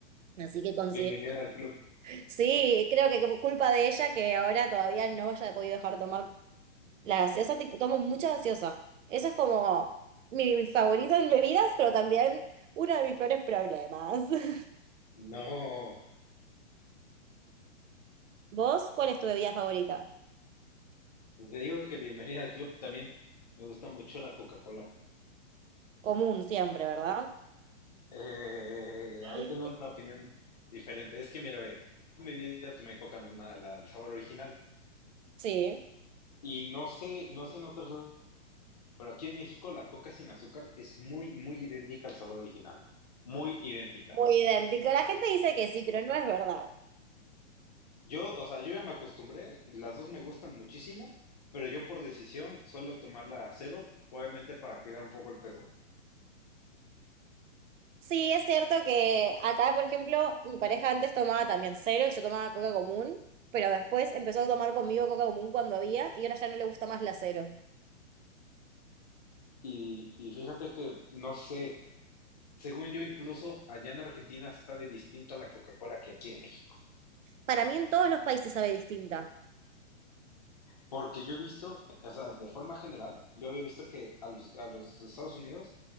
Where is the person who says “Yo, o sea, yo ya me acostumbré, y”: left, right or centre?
Left